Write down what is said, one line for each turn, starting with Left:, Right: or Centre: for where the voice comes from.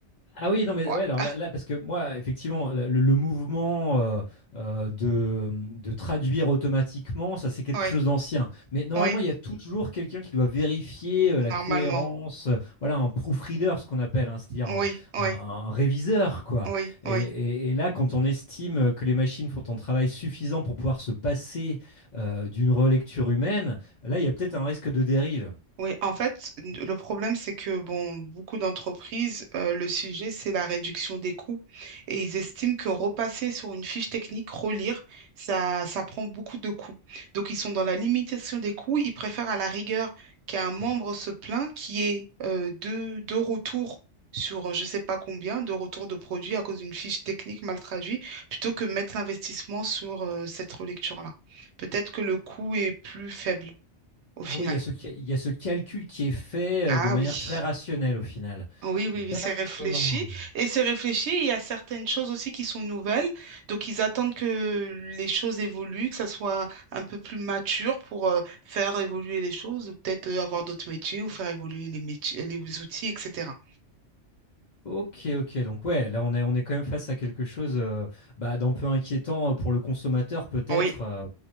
Left: Ah oui, non, mais
Right: <laughs>
Left: ouais, alors là, là, parce que moi, effectivement, le, le mouvement euh, euh, de, de traduire automatiquement, ça, c'est quelque
Right: Ouais,
Left: chose d'ancien. Mais normalement,
Right: oui, oui,
Left: il y a toujours quelqu'un qui doit vérifier euh, la
Right: normalement.
Left: cohérence, euh, voilà, un proofreader, ce qu'on appelle, hein, c'est-à-dire
Right: Oui,
Left: un,
Right: oui,
Left: un- un réviseur, quoi.
Right: oui,
Left: Et,
Right: oui.
Left: et- et là, quand on estime que les machines font un travail suffisant pour pouvoir se passer euh, d'une relecture humaine, là, il y a peut-être un risque de dérive.
Right: Oui, en fait, n- le problème, c'est que bon, beaucoup d'entreprises, euh, le sujet, c'est la réduction des coûts. Et ils estiment que repasser sur une fiche technique, relire, ça, ça prend beaucoup de coûts. Donc, ils sont dans la limitation des coûts. Ils préfèrent à la rigueur qu'un membre
Left: Hmm.
Right: se plaint, qui est deux, deux retours sur euh, je ne sais pas combien, deux retours de produits à cause d'une fiche technique mal traduite, plutôt que mettre l'investissement sur euh, cette relecture-là. Peut-être que le coût est plus faible au final.
Left: Ah oui, il y a ce, ca- il y a ce calcul qui est fait
Right: Ah
Left: euh, de manière
Right: oui.
Left: très rationnelle au final.
Right: Oui, oui,
Left: D'accord.
Right: oui, c'est réfléchi. Et c'est réfléchi, il y a certaines choses aussi qui sont nouvelles. Donc, ils attendent que les choses évoluent, que ça soit un peu plus mature pour euh, faire évoluer les choses ou peut-être euh, avoir d'autres métiers ou faire évoluer les métiers, les outils, etc.
Left: Ok, ok. Donc ouais, là on est, on est quand même face à quelque chose euh, bah, d'un peu inquiétant euh, pour le consommateur peut-être,
Right: Oui,
Left: euh,